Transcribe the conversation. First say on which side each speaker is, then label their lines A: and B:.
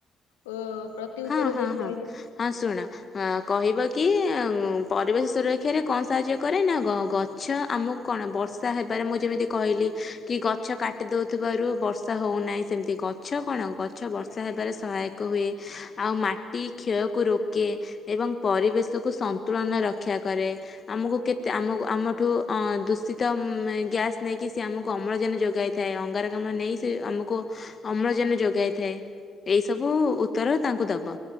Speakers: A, on the left; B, on the left.
A: କଁ ପ୍ରତିଉତ୍ତର
B: ହଁ ହଁ
A: ଦେବି
B: ହଁ
A: କହିଲେ?
B: ହଁ ଶୁଣ ହଁ କହିବ କି ପରିବେଶ ସୁରାକ୍ଷରେ କଣ ସାହାଯ୍ୟ କରେ ନା ଗ-ଗଛ୍ ଛ ଆମକୁ କଣ ବର୍ଷା ହେବାରେ ମୁଁ ଯେମିତି କହିଲି କି ଗଛ କାଟି ଦଉଥିବାରୁ ବର୍ଷା ହଉନାଇଁ। ସେମିତି ଗଛ କଣ ଗଛ ବର୍ଷା ହେବାରେ ସହାୟକ ହୁଏ। ଆଉ ମାଟି କ୍ଷୟକୁ ରୋକେ ଏବଂ ପରିବେଶକୁ ସନ୍ତୁଳନ ରକ୍ଷା କରେ। ଆମକୁ କେତେ ଆମ ଆମଠୁ ଅଁ ଦୂଷିତ ଗ୍ୟାସ ନେଇକି ସିଏ ଆମକୁ ଅମ୍ଳଜାନ ଯୋଗାଇ ଥାଏ ଅଙ୍ଗାରକାମ୍ଲ ନେଇ ସେ ଆମକୁ ଅମ୍ଳଜାନ ଯୋଗାଇଥାଏ ଏଇ ସବୁ ଉତ୍ତର ତାଙ୍କୁ ଦବ